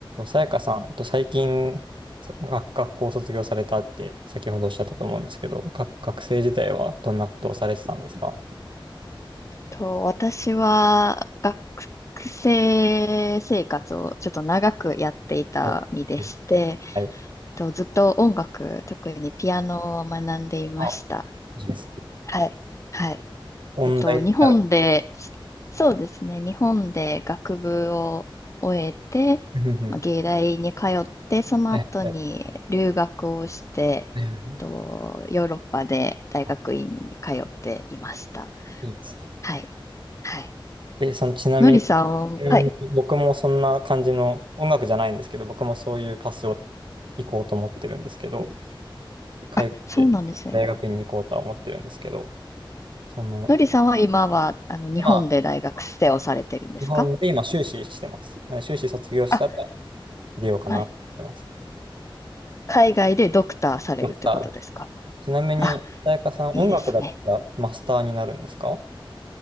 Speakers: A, on the right; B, on the left.
A: さやかさんと最近、さ学学校を卒業されたって先ほどおっしゃったと思うんですけど、学、学生時代はどんなことをされてたんですか
B: と、私は学生生活をちょっと長くやっていた身でして、
A: あえはい。
B: えっと、ずっと音楽、特にピアノを学んでいました。
A: あ、いいですね。
B: はい。はい。
A: 音大になる。
B: えっと、日本で、そうですね、日本で学部を終えて、
A: うんうん
B: まあ、芸大に通って、その後に留学をして、
A: はいはい
B: えっと、
A: はいい
B: ヨーロッパで大学院に通っていました。
A: あいいですね。
B: はい。はい
A: え、その、ちなみに、
B: のりさん、
A: ちなみに僕もそんな感じの、
B: はい。
A: 音楽じゃないんですけど、僕もそういうパスを行こうと思ってるんですけど、海外で大学に行こうとは思ってるんですけど、
B: あ、そうなんですね。
A: その、
B: のりさんは今は、あの、日本で大学生をされてるんですか
A: 今日本で今修士してます。なので修士卒業したら
B: あ、
A: 出ようかなと思ってます。
B: はい。海外でドクターされるってことですか
A: ドクターちなみに、
B: あ、
A: さやかさん、
B: いいですね。
A: 音楽だったらマスターになるんですか